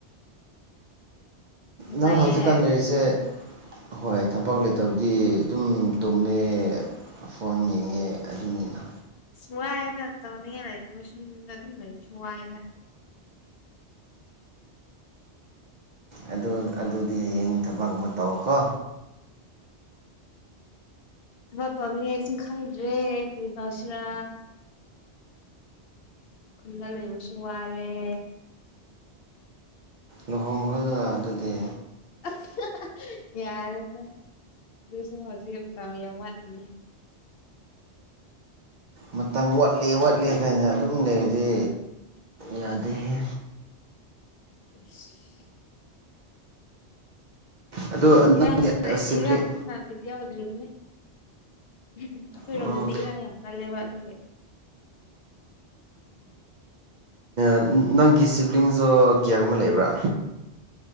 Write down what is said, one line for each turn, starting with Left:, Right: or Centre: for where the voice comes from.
Left: ꯅꯨꯡꯉꯥꯏꯌꯦ
Right: ꯅꯪ ꯍꯧꯖꯤꯛꯀꯥꯟ ꯂꯩꯔꯤꯁꯦ ꯍꯣꯏ ꯊꯕꯛ ꯂꯩꯇꯕꯗꯤ ꯑꯗꯨꯝ ꯇꯨꯝꯃꯦ ꯐꯣꯟ ꯌꯦꯡꯉꯦ ꯑꯗꯨꯅꯤꯅ
Left: ꯑꯁ ꯋꯥꯌꯦꯗ ꯇꯧꯅꯤꯡ ꯉꯥꯢ ꯂꯩꯇꯕꯁꯨ ꯌꯨꯝꯗ ꯑꯗꯨꯝ ꯂꯩꯕꯁꯨ ꯋꯥꯢꯗ
Right: ꯑꯗꯨ ꯑꯗꯨꯗꯤ ꯍꯌꯦꯡ ꯊꯕꯛ ꯑꯃ ꯇꯧꯀꯣ
Left: ꯊꯕꯛ ꯄꯥꯝꯃꯤ ꯑꯩ ꯁꯨꯝ ꯈꯪꯗ꯭ꯔꯦ ꯀꯔꯤ ꯇꯧꯁꯤꯔꯥ ꯈꯨꯟꯗ ꯂꯩꯕꯁꯨ ꯋꯥꯔꯦ
Right: ꯂꯨꯍꯣꯡꯈ꯭ꯔꯒ ꯑꯗꯨꯗꯤ
Left: ꯑꯁ ꯍꯥꯍꯥ ꯌꯥꯔꯦꯗ ꯑꯗꯨꯁꯨ ꯍꯧꯖꯤꯛ ꯃꯇꯝ ꯌꯥꯝ ꯋꯥꯠꯂꯤꯌꯦ
Right: ꯃꯇꯝ ꯋꯥꯠꯂꯤ ꯋꯥꯠꯂꯤ ꯍꯥꯏꯅ ꯑꯗꯨꯝ ꯂꯩꯔꯗꯤ ꯌꯥꯗꯦꯍꯦ
Left: ꯑꯁ
Right: ꯑꯗꯣ ꯅꯪꯒꯤ
Left: ꯏꯔꯥꯡꯁꯤꯅ
Right: ꯁꯤꯕ꯭ꯂꯤꯡ
Left: ꯏꯔꯥꯡꯁꯤꯅ ꯕꯤꯠ ꯌꯥꯎꯗ꯭ꯔꯤꯕꯅꯤ ꯎꯝ <unintelligible> ꯑꯩꯈꯣꯏꯔꯣꯝꯗꯗꯤ
Right: ꯎꯝ
Left: ꯏꯔꯥꯡ ꯌꯥꯝ ꯀꯜꯂꯦꯕ ꯑꯗꯨꯒꯤ
Right: ꯎꯝ ꯎꯝ ꯅꯪꯒꯤ ꯁꯤꯕ꯭ꯂꯤꯡꯗꯣ ꯀꯌꯥꯒꯨꯝꯕ ꯂꯩꯕ꯭ꯔ